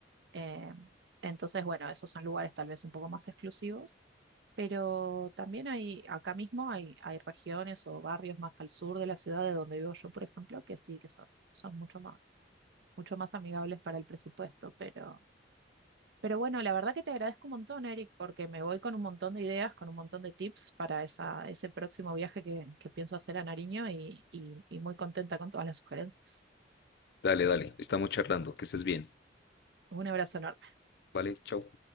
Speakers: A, on the right; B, on the left.
A: Eh, entonces, bueno, esos son lugares tal vez un poco más exclusivos. Pero también hay, acá mismo hay, hay regiones o barrios más al sur de la ciudad de donde vivo yo, por ejemplo, que sí, que son, son mucho más, mucho más amigables para el presupuesto. Pero, pero bueno, la verdad que te agradezco un montón, Eric, porque me voy con un montón de ideas, con un montón de tips para esa, ese próximo viaje que, que pienso hacer a Nariño y, y, y muy contenta con todas las sugerencias.
B: Dale, dale, estamos charlando, que estés bien,
A: Un abrazo enorme.
B: ¿vale? Chau.